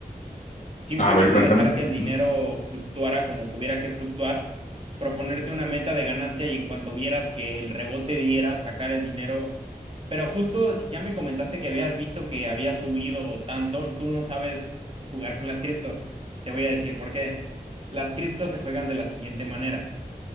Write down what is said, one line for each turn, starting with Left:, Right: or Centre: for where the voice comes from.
Right: simplemente
Left: a ver, cuéntame.
Right: dejar que el
Left: Ujú,
Right: dinero fluctuara como tuviera que fluctuar, proponerte una meta de ganancia y en cuanto vieras que el rebote diera, sacar el dinero. Pero justo si ya me comentaste que habías visto que había subido tanto, tú no sabes jugar con las criptos. Te voy a decir por qué. Las criptos se juegan de la siguiente manera.